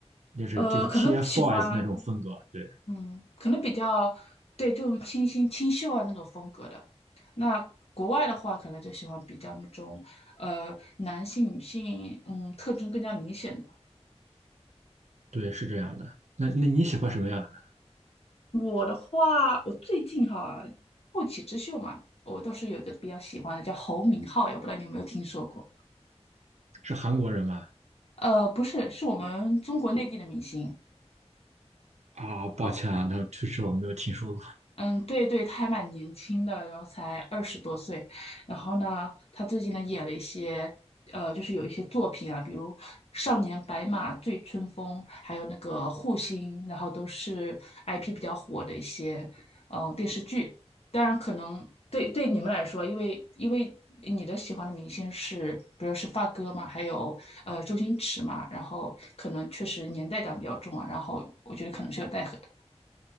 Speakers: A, on the right; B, on the left.
A: 就是就是
B: 呃，可能喜欢
A: TFBOYS 那种风格。对
B: 嗯，可能比较对这种清新清秀啊那种风格的。那国外的话，可能就喜欢比较那种呃男性女性嗯特征更加明显的。
A: 对，是这样的。那那你喜欢什么样的呢？
B: 我的话，我最近哈后起之秀嘛，我倒是有一个比较喜欢的叫侯明昊，也不知道你有没有听说过？
A: 是韩国人吗？
B: 呃，不是，是我们中国内地的明星。
A: 啊，抱歉啊，
B: 哦。
A: 那确实我没有听说过。
B: 嗯，对对，他还蛮年轻的，然后才二十多岁。然后呢，他最近呢演了一些，呃，就是有一些作品啊，比如《少年白马》《醉春风》，还有那个《护心》，然后都是 IP 比较火的一些，呃，电视剧。当然，可能对对你们来说，因为因为你的喜欢的明星是，比如说是发哥嘛，还有呃周星驰嘛，然后可能确实年代感比较重啊，然后我觉得可能是有带合的。